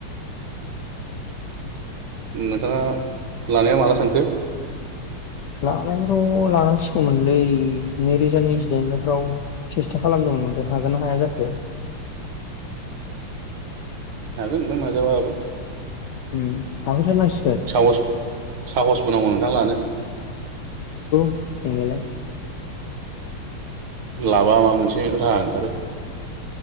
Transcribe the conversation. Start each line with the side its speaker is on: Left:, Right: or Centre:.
Right: नोंथाङा लानाया माला सानखो
Left: लानायथ' लानांसिगौमोनलै नैरोजा नैजि दाइनफ्राव खोथा खालामदोंमोन माथो हागोन ना हाया जाखो
Right: हागोन नोंथां नाजाबा हागोन
Left: उम हाबो थानो हासि।
Right: साहस साहसबो नांगौ नोंथां लानो।
Left: नोंनिआलाय।
Right: लाबा माबा मोनसे राहा ओंखारो।